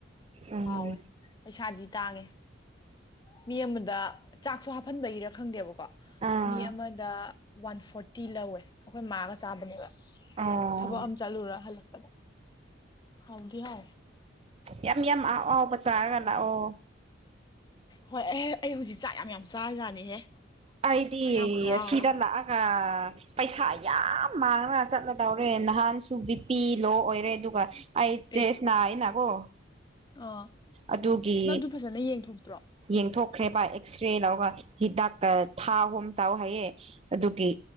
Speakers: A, on the right; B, on the left.
A: ꯎꯝ
B: ꯍꯥꯎꯋꯦ ꯄꯩꯁꯥꯗꯤ ꯇꯥꯡꯉꯦ ꯃꯤ ꯑꯃ ꯗ ꯆꯥꯛꯁꯨ ꯍꯥꯞꯍꯟꯕꯒꯤꯔ ꯈꯪꯗꯦꯕꯀꯣ
A: ꯑꯥ
B: ꯃꯤ ꯑꯃꯗ ꯋꯥꯟ ꯐꯣꯔꯇꯤ ꯂꯧꯋꯦ ꯑꯩꯈꯣꯏ ꯃꯥꯒ ꯆꯥꯕꯅꯦꯕ
A: ꯑꯣ
B: ꯊꯕꯛ ꯑꯃ ꯆꯠꯂꯨꯔ ꯍꯜꯂꯛꯄꯗ ꯍꯥꯎꯗꯤ ꯍꯥꯋꯦ
A: ꯌꯥꯝ ꯌꯥꯝ ꯑꯍꯥꯎꯕ ꯆꯥꯔꯒ ꯂꯥꯛꯑꯣ
B: ꯍꯣꯏ ꯑꯩ ꯑꯩ ꯍꯧꯖꯤꯛ ꯆꯥꯛ ꯌꯥꯝ ꯌꯥꯝ ꯆꯥꯔꯖꯥꯠꯅꯤꯍꯦ
A: ꯑꯩꯗꯤ
B: ꯈꯨꯌꯥꯝ ꯈꯨꯌꯥꯝ
A: ꯑꯁꯤꯗ
B: ꯑꯃ
A: ꯂꯥꯑꯒ ꯄꯩꯁꯥ ꯌꯥꯝ ꯃꯥꯡꯒ ꯆꯠꯂꯗꯧꯔꯦ ꯉꯍꯥꯟꯁꯨ ꯕꯤꯄꯤ ꯂꯣ ꯑꯣꯏꯔꯦ ꯑꯗꯨꯒ ꯑꯩ ꯇꯁꯅꯥꯏꯅꯀꯣ
B: ꯑꯦ ꯑꯥ
A: ꯑꯗꯨꯒꯤ
B: ꯅꯪ ꯑꯗꯨ ꯐꯖꯅ ꯌꯦꯡꯊꯣꯛꯇ꯭ꯔꯣ
A: ꯌꯦꯡꯊꯣꯛꯈ꯭ꯔꯦꯕ ꯑꯦꯛꯁ ꯔꯦ ꯂꯧꯔꯒ ꯍꯤꯗꯥꯛꯀ ꯊꯥ ꯑꯍꯨꯝ ꯆꯥꯎ ꯍꯥꯏꯌꯦ ꯑꯗꯨꯒꯤ